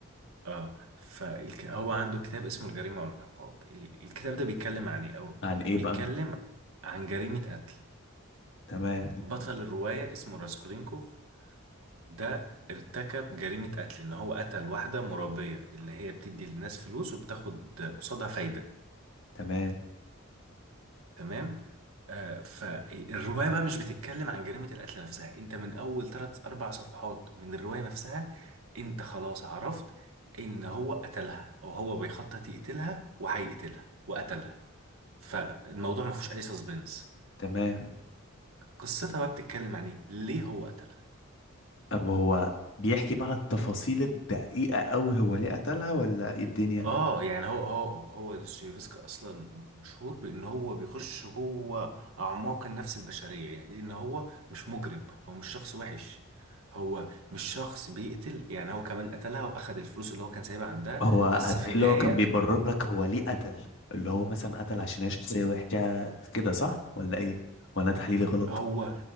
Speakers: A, on the right; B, on the left.
A: اه فهو عنده كتاب اسمه الجريمة والعقاب ال- الكتاب ده بيتكلم عن ايه او
B: عن ايه
A: بيتكلم
B: بقى
A: عن جريمة قتل
B: تمام
A: بطل الرواية اسمه راسكولينكوف ده ارتكب جريمة قتل ان هو قتل واحدة مربية اللي هي بتدي للناس فلوس وبتاخد قصادها فايدة
B: تمام
A: تمام آه فالروايه بقى مش بتتكلم عن جريمه القتل نفسها انت من اول ثلاث اربع صفحات من الروايه نفسها انت خلاص عرفت ان هو قتلها او هو بيخطط يقتلها وهيقتلها وقتلها فالموضوع ما فيهوش اي سسبنس
B: تمام
A: قصتها بقى بتتكلم عن ايه ليه هو قتلها
B: طب هو بيحكي بقى التفاصيل الدقيقه قوي هو ليه قتلها ولا ايه الدنيا
A: اه يعني هو هو هو دوستويفسكي اصلا مشهور بان هو بيخش جوه اعماق النفس البشريه يعني لان هو مش مجرم هو مش شخص وحش هو مش شخص بيقتل يعني هو كمان قتلها واخد الفلوس اللي هو كان سايبها عندها
B: هو هتلاقي
A: بس في النهايه
B: اللي هو كان بيبرر لك هو ليه قتل اللي هو مثلا قتل عشان هي شخصيه وحشه كده صح ولا ايه ولا أنا تحليلي غلط
A: هو